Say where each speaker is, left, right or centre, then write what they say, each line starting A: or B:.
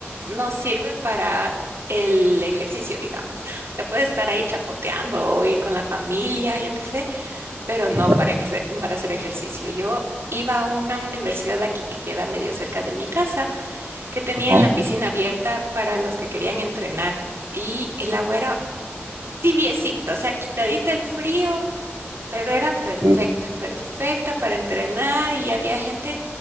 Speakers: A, on the right; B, on the right.
A: no sirve para el ejercicio, digamos. Se puede estar ahí chapoteando o ir con la familia, yo qué sé. pero no
B: Ujú.
A: para, ejerce- para hacer ejercicio. Yo iba a una universidad aquí que queda medio cerca de mi casa, que tenían
B: Ujú.
A: la piscina abierta para los que querían entrenar y el agua era tibiecito, o sea, quitadita el frío, pero era perfecta,
B: Ujú.
A: perfecta para entrenar y había gente